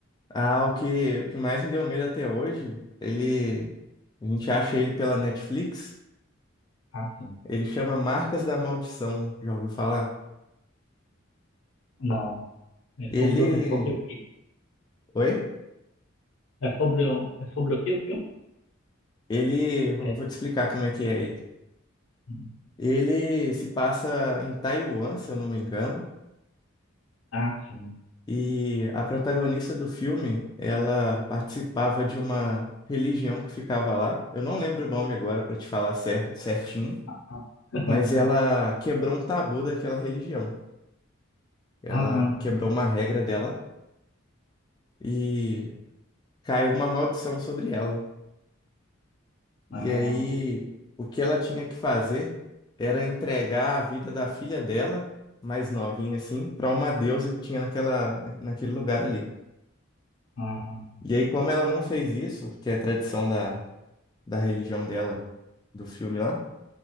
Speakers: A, on the left; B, on the left.
A: Ah, o que, o que mais me deu medo até hoje, ele, a gente acha ele pela Netflix,
B: Ah, sim.
A: ele chama Marcas da Maldição, já ouviu falar?
B: Não. É
A: Ele,
B: sobre, o- é sobre o quê?
A: oi?
B: É sobre, o- é sobre o quê o filme?
A: Ele, vou
B: É.
A: vou te explicar como é que é ele.
B: hum.
A: Ele se passa em Taiwan, se eu não me engano,
B: Ah, sim.
A: e a protagonista do filme, ela participava de uma religião que ficava lá. Eu não lembro o nome agora para te falar cer- certinho,
B: Ah, <laughs>
A: mas ela quebrou um tabu daquela religião. Ela
B: ah, ah,
A: quebrou uma regra dela e caiu uma maldição sobre ela.
B: ah,
A: E aí, o que ela tinha que fazer era entregar a vida da filha dela mais novinha assim, para uma deusa que tinha naquela, naquele lugar ali.
B: ah,
A: E aí, como ela não fez isso, que é tradição da, da religião dela, do filme lá,